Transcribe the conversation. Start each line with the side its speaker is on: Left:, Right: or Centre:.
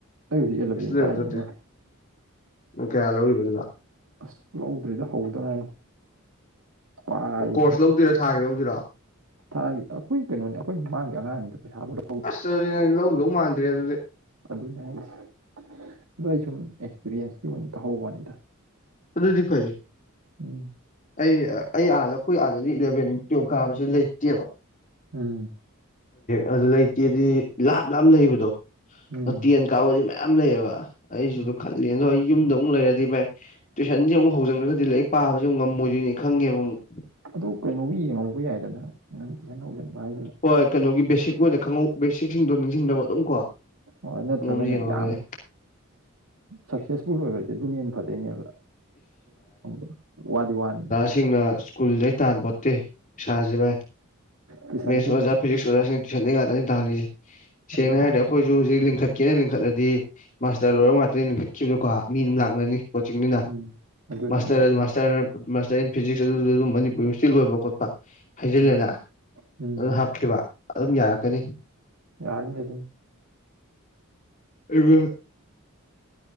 Right: ꯑꯩ ꯍꯧꯖꯤꯛ ꯑꯦꯂꯚꯦꯟ
Left: ꯀꯩꯁꯨ ꯂꯩꯕ
Right: ꯇꯥꯏꯅꯦ
Left: ꯅꯠꯇꯦ
Right: ꯃꯥ
Left: ꯅꯪ ꯀꯌꯥ ꯂꯧꯔꯤꯕ ꯑꯗꯨꯗ
Right: ꯑꯁ ꯂꯧꯗ꯭ꯔꯤꯗ ꯍꯧꯗ ꯉꯥꯏꯔꯤ ꯄꯥꯔꯤꯅꯤ
Left: ꯀꯣꯔꯁ ꯂꯧꯗꯣꯏꯔꯥ ꯊꯥꯒꯤ ꯂꯧꯗꯣꯏꯔꯣ
Right: ꯊꯥꯒꯤ ꯑꯩꯈꯣꯏ ꯀꯩꯅꯣꯅꯦ ꯑꯩꯈꯣꯏ ꯃꯃꯥꯡꯒꯤ ꯑꯉꯥꯡꯉꯩꯗꯣ ꯄꯩꯁꯥ ꯂꯧ
Left: ꯑꯁ ꯑꯗꯨꯗꯤ ꯅꯪ ꯂꯧꯗꯧ ꯃꯥꯟꯗ꯭ꯔꯦ ꯑꯗꯨꯗꯤ
Right: ꯑꯗꯨꯅꯦ ꯍꯥꯏꯔꯤꯁꯦ ꯑꯗꯨ ꯑꯩ ꯁꯨꯝ ꯑꯦꯛꯁꯄꯤꯔꯤꯌꯦꯟꯁꯀꯤ ꯑꯣꯏꯅ ꯇꯥꯍꯧꯕꯩ ꯋꯥꯅꯤꯗ
Left: ꯑꯗꯨꯗꯤ ꯐꯩꯌꯦ
Right: ꯎꯝ
Left: ꯑꯩ ꯑꯩ ꯑꯥꯗ ꯑꯩꯈꯣꯏ ꯑꯥꯗꯗꯤ ꯏꯂꯚꯦꯜ ꯇꯨꯋꯦꯜꯕ ꯀꯥꯕꯁꯦ ꯂꯩꯇꯦꯕ
Right: ꯎꯝ
Left: ꯑꯗꯨ ꯂꯩꯇꯦꯗꯤ ꯂꯥꯞ ꯂꯥꯞ ꯂꯩꯕꯗꯣ
Right: ꯎꯝ
Left: ꯇꯦꯟ ꯀꯥꯕꯗꯤ ꯃꯌꯥꯝ ꯂꯩꯌꯦꯕ ꯑꯩꯁꯨ
Right: ꯎꯝ
Left: ꯑꯗꯨ ꯈꯜꯂꯤ ꯑꯗꯣ ꯑꯩ ꯌꯨꯝꯗ ꯑꯃꯨꯛ ꯂꯩꯔꯗꯤ ꯚꯥꯏ ꯇꯨꯏꯁꯟꯖꯦ ꯑꯃꯨꯛ ꯍꯧꯖꯤꯟꯒꯔꯗꯤ ꯂꯥꯏꯔꯤꯛ ꯄꯥꯕꯁꯨ ꯉꯝꯃꯣꯏꯗꯣꯏꯅꯤ ꯈꯪꯉꯦꯕ ꯑꯃꯨꯛ
Right: ꯑꯗꯨ ꯀꯩꯅꯣꯒꯤ ꯌꯦꯡꯍꯧꯕ ꯌꯥꯏꯗꯅ ꯅꯪ ꯇꯨꯏꯁꯟ ꯍꯧꯖꯤꯟꯕ ꯍꯥꯏꯁꯦ
Left: ꯍꯣꯏ ꯀꯩꯅꯣꯒꯤ ꯕꯦꯁꯤꯛ ꯑꯣꯏꯅ ꯈꯪꯍꯧ ꯕꯦꯁꯤꯛꯁꯤꯡꯗꯣ ꯅꯤꯡꯁꯤꯡꯅꯕ ꯑꯗꯨꯝ ꯀꯣ
Right: ꯍꯣꯏ ꯅꯠꯇ꯭ꯔꯒꯅ
Left: ꯃꯑꯣꯡ ꯑꯃ ꯌꯦꯡꯉꯒꯅꯦ
Right: ꯌꯥꯝ ꯁꯛꯁꯦꯁꯐꯨꯜ ꯑꯣꯏꯒꯔꯗꯤ ꯑꯗꯨꯅ ꯍꯦꯟ ꯐꯗꯣꯏꯅꯦꯕ <inaudible> ꯋꯥꯗꯤ ꯋꯥꯅꯤ
Left: ꯏꯁꯤꯡꯅ ꯁ꯭ꯀꯨꯜꯗꯩ ꯇꯥꯟꯄꯣꯠꯇꯦ ꯄꯩꯁꯥꯁꯦ ꯚꯥꯏ
Right: ꯀꯤꯁꯟꯗꯣꯏꯅꯤ
Left: ꯃꯦꯠꯁ ꯑꯣꯖꯥ ꯐꯤꯖꯤꯛꯁ ꯑꯣꯖꯥꯁꯤꯡ ꯇꯨꯏꯁꯟꯗꯩ ꯉꯥꯛꯇꯅꯤ ꯇꯥꯜꯂꯤꯁꯦ ꯁꯦꯡꯅ
Right: ꯑꯗꯨꯅꯦ
Left: ꯍꯥꯏꯔꯗꯤ ꯑꯈꯣꯏꯁꯨ ꯍꯧꯖꯤꯛ ꯂꯤꯡꯈꯠ ꯀꯦꯅ ꯂꯤꯡꯈꯠꯂꯗꯤ ꯃꯥꯁꯇꯔ ꯂꯣꯏꯔꯕ ꯉꯥꯛꯇꯅꯤ ꯂꯤꯡꯈꯠꯈꯤꯕꯗꯀꯣ ꯃꯤ ꯑꯗꯨꯝ ꯂꯥꯛ ꯀꯣꯆꯤꯡꯅꯤꯅ
Right: ꯎꯝ ꯑꯗꯨꯅ
Left: ꯃꯥꯁꯇꯔꯃꯥꯁꯇꯔ
Right: ꯑꯩꯁꯨ
Left: ꯃꯥꯁꯇꯔ ꯏꯟ ꯐꯤꯖꯤꯛꯁ ꯑꯗꯨꯗꯨꯗꯨ ꯃꯅꯤꯄꯨꯔ ꯁꯤ ꯂꯣꯏꯕ ꯈꯣꯠꯄ ꯍꯥꯏꯖꯤꯜꯂꯦꯅ
Right: ꯎꯝ ꯎꯝ
Left: ꯍꯥꯞꯈꯤꯕ ꯑꯗꯨꯝ ꯌꯥꯔꯛꯀꯅꯤ
Right: ꯌꯥꯅꯤ ꯑꯗꯨꯝ
Left: <inaudible>